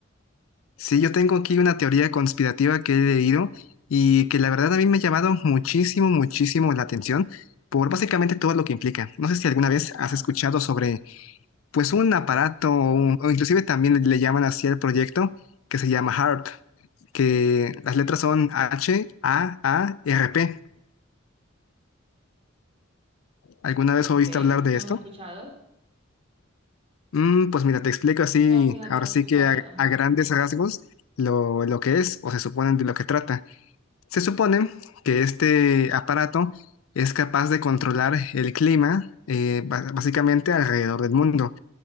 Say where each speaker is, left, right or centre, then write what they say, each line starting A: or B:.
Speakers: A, on the left; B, on the right.
A: sí, yo tengo aquí una teoría conspirativa que he leído y que la verdad a mí me ha llamado muchísimo, muchísimo la atención por básicamente todo lo que implica. No sé si alguna vez
B: Ah,
A: has escuchado sobre, pues, un aparato o, un- o inclusive también le llaman así al proyecto que se llama HARP, que las letras son H-A-A-R-P. ¿Alguna vez
B: ok,
A: oíste hablar de
B: no,
A: esto?
B: no he escuchado.
A: Mm, pues mira, te explico así,
B: No, fíjate,
A: ahora
B: no
A: sí
B: he escuchado.
A: que a,
B: Ajá,
A: a grandes rasgos lo, lo que es o se supone de lo que trata. Se supone que este aparato es capaz de controlar el clima eh, ba- básicamente alrededor del mundo.